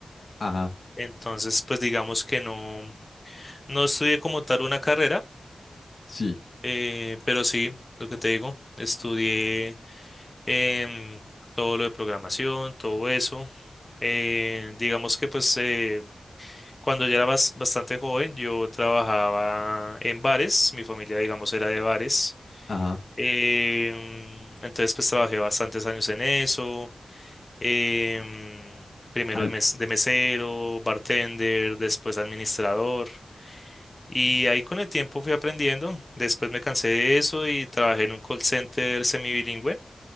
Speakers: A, on the left; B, on the left.
A: Ajá,
B: Entonces, pues digamos que no, no estudié como tal una carrera
A: sí,
B: Eh, pero sí, lo que te digo, estudié em, todo lo de programación, todo eso. Eh, digamos que pues eh, cuando ya era bas- bastante joven, yo trabajaba en bares, mi familia digamos era de bares.
A: ajá,
B: Em, entonces pues trabajé bastantes años en eso. em, primero
A: al,
B: de, mes- de mesero, bartender, después administrador. Y ahí con el tiempo fui aprendiendo. Después me cansé de eso y trabajé en un call center semibilingüe,